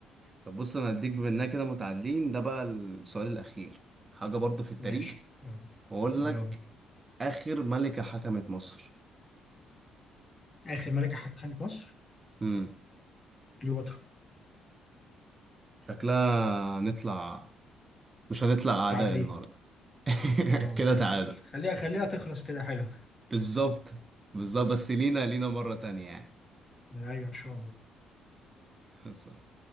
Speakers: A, on the right; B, on the left.
A: طب بص انا هديك بما اننا كده متعادلين ده بقى السؤال الاخير حاجه برضه في التاريخ
B: ماشي يلا
A: واقول
B: يلا
A: لك اخر ملكه حكمت مصر
B: آخر ملكة حكمت مصر
A: امم
B: كليوباترا
A: شكلها هنطلع مش هنطلع اعداء
B: متعادلين
A: النهارده <laughs>
B: خلاص
A: كده
B: زي الفل
A: تعادل
B: خليها خليها تخلص كده حلو
A: بالظبط بالظبط بس لينا لينا مره تانية يعني
B: <laughs> ايوه ان شاء الله
A: <laughs> صح.